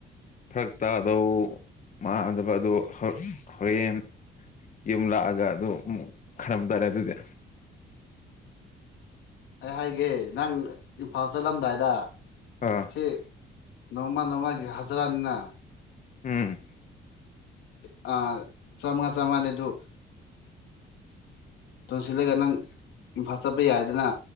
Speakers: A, on the left; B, on the left.
A: ꯐꯔꯛ ꯇꯥꯗꯧ ꯃꯥꯟꯅꯗꯕ ꯑꯗꯨ ꯍꯣꯔꯦꯟ ꯌꯨꯝ ꯂꯥꯛꯑꯒ ꯑꯗꯨꯝ ꯈꯟꯅꯕ ꯇꯥꯔꯦ ꯑꯗꯨꯗꯤ
B: <unintelligible> ꯑꯩ ꯍꯥꯏꯒꯦ ꯅꯪ ꯏꯝꯐꯥꯜ ꯆꯠꯂꯝꯗꯥꯏꯗ
A: ꯑꯥ
B: ꯁꯤ ꯅꯣꯡꯃ ꯅꯣꯡꯃꯒꯤ ꯍꯖ꯭ꯔꯥꯅꯤꯅ
A: ꯎꯝ
B: ꯑ ꯆꯥꯝꯃꯉꯥ ꯆꯥꯃꯉꯥꯅꯤ ꯑꯗꯨ ꯇꯣꯟꯁꯤꯜꯂꯒ ꯅꯪ ꯏꯝꯐꯥꯜ ꯆꯠꯄ ꯌꯥꯏꯗꯅ